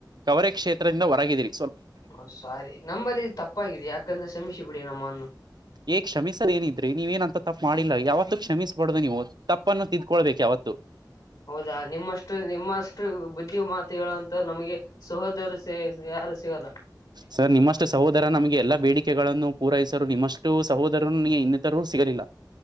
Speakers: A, on the right; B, on the left.
A: ಕವರೆ ಕ್ಷೇತ್ರದಿಂದ ಹೊರಗಿದೀರಿ
B: ಒ ಸಾರಿ ನಂಬಲ್ಲಿ ತಪ್ಪಾಗಿದೆ ಯಾಕಂದ್ರೆ ಸಮೀಶಿ ಬಿಡಿ ನಮ್ಮನ್ನು
A: ಏ ಕ್ಷಮಿಸದೇನಿದ್ರೆ ನೀವ ಏನಂತ ತಪ್ಪ ಮಾಡಿಲ್ಲಾ ಯಾವತ್ತೂ ಕ್ಷಮಿಸ್ಬಾರ್ದು ನೀವು ತಪ್ಪನ್ನು ತಿದ್ಕೊಳ್ಬೇಕು ಯಾವತ್ತು
B: ಹೌದಾ ನಿಮ್ಮಷ್ಟು ನಿಮ್ಮಷ್ಟು ಬುದ್ಧಿ ಮಾತು ಹೇಳುವಂತ್ರು ನಮಗೆ ಸಹೋದರು ಸೇ ಯಾರು <unintelligible>
A: ಸರ್ ನಿಮ್ಮಷ್ಟು ಸಹೋದರ ನಮ್ಗೆ ಎಲ್ಲಾ ಬೇಡಿಕೆಗಳನ್ನು ಪೂರೈಸರು ನಿಮ್ ಸಹೋದರನ್ ಇನ್ನಿತರರು ಸಿಗರಿಲ್ಲ